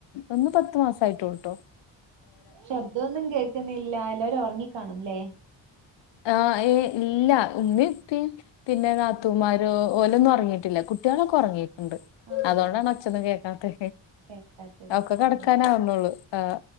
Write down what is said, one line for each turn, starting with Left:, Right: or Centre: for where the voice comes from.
Left: ഒന്ന് പത്തു മാസയിട്ടുളോട്ടോ
Right: ശബ്ദോന്നും കേൾക്കുന്നില്ല എല്ലാവരും ഉറങ്ങിക്കാണും ല്ലേ
Left: ആഹ് ഏ ഇല്ല ഉമ്മയും ഉപ്പിം പിന്നെ നാത്തൂമാരോ ഓല് ഒന്നും ഒറങ്ങിയിട്ടില്ല കുട്ടികളൊക്കെ ഒറങ്ങി ഉണ്ട്
Right: ആഹ
Left: അതുകൊണ്ടാണ് ഒച്ഛന്നും കേക്കാത്തെ
Right: കേക്കാത്തത്
Left: ഒക്കെ കടക്കാനാവുന്നുള്ളു
Right: അതെ
Left: ആഹ്